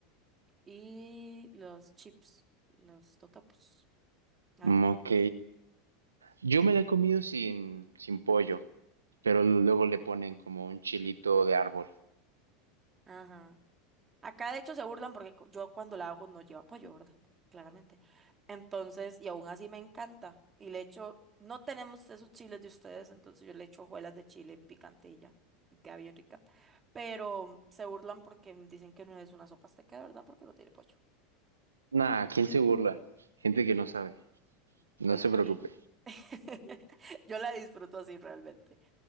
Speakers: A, on the right (about 25°); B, on the right (about 80°).
A: Y los chips, los totopos. Ay,
B: Mm, ok. Yo me la he comido sin, sin pollo, pero luego le ponen como un chilito de árbol.
A: ajá. Acá de hecho se burlan porque cu- yo cuando la hago no lleva pollo, ¿verdad? Claramente. Entonces, y aún así me encanta. Y le echo, no tenemos esos chiles de ustedes, entonces yo le echo hojuelas de chile picante y ya. Y queda bien rica. Pero se burlan porque dicen que no es una sopa azteca, de ¿verdad? Porque no tiene pollo.
B: Nah, ¿quién se burla? Gente que no sabe. No
A: Pues
B: se preocupe.
A: sí. <laughs> Yo la disfruto así realmente.